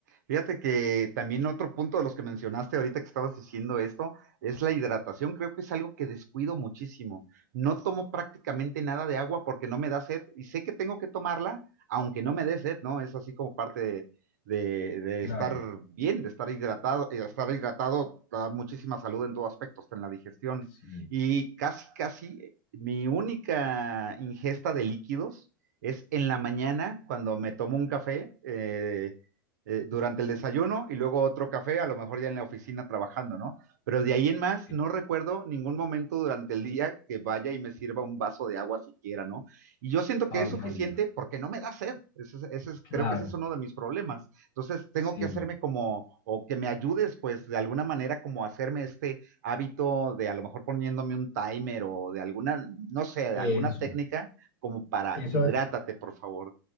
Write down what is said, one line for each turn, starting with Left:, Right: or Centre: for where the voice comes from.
Right: Fíjate que también otro punto de los que mencionaste ahorita que estabas diciendo esto es la hidratación. Creo que es algo que descuido muchísimo. No tomo prácticamente nada de agua porque no me da sed y sé que tengo que tomarla aunque no me dé sed, ¿no? Es así como parte de, de- de
Left: claro,
Right: estar bien, de estar hidratado. Eh, Estar hidratado da muchísima salud en todo aspecto, hasta en la digestión.
Left: sí.
Right: Y casi, casi eh, mi única ingesta de líquidos es en la mañana cuando me tomo un café. eh, eh, durante el desayuno y luego otro café, a lo mejor ya en la oficina trabajando, ¿no? Pero de ahí en más
Left: eh,
Right: no recuerdo ningún momento durante el día que vaya y me sirva un vaso de agua siquiera, ¿no? Y yo siento
Left: Ay,
Right: que es suficiente
Left: Javier,
Right: porque no me da sed. Ese es- ese es-
Left: claro,
Right: creo que ese es uno de mis problemas. Entonces tengo
Left: sí.
Right: que hacerme como, o que me ayudes, pues de alguna manera como hacerme este hábito de a lo mejor poniéndome un timer o de alguna, no sé, de
Left: Eso,
Right: alguna técnica como para
Left: eso.
Right: hidrátate, por favor.